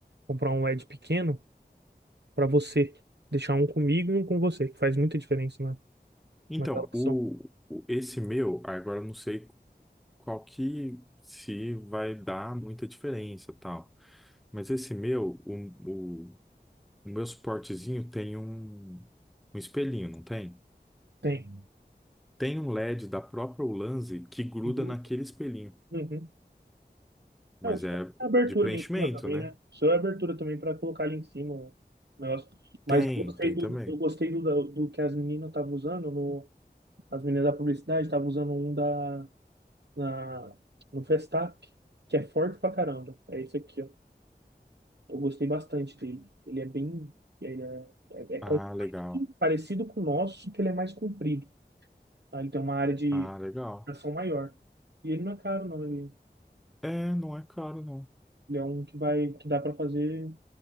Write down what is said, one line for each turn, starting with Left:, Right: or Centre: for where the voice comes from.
Right: Comprar um LED pequeno pra você. Deixar um comigo e um com você, que faz muita diferença né?
Centre: Então,
Right: Uma gravação.
Centre: o, o- esse meu, agora eu não sei qual que se vai dar muita diferença, tal. Mas esse meu, o, o, o meu suportezinho tem um, um espelhinho, não tem?
Right: Tem.
Centre: Tem um LED da própria Ulanzi que gruda
Right: Uhum.
Centre: naquele espelhinho,
Right: Uhum.
Centre: mas
Right: É, o som
Centre: é
Right: é abertura
Centre: de preenchimento,
Right: ali em cima também,
Centre: né?
Right: né? O som é abertura também para colocar ali em cima o negócio. Mas
Centre: Tem,
Right: eu gostei
Centre: tem
Right: do,
Centre: também.
Right: eu gostei do, do que as meninas estavam usando, no, as meninas da publicidade estavam usando um da, na, no Festap, que é forte pra caramba. É esse aqui, ó. Eu gostei bastante dele. Ele é bem. Ele é, é, é compacto,
Centre: Ah, legal.
Right: parecido com o nosso, só que ele é mais comprido. Tá? Ele tem uma área de
Centre: Ah, legal.
Right: ação maior. E ele não é caro, não. Ele
Centre: É, não é caro, não.
Right: Ele é um que vai, que dá para fazer,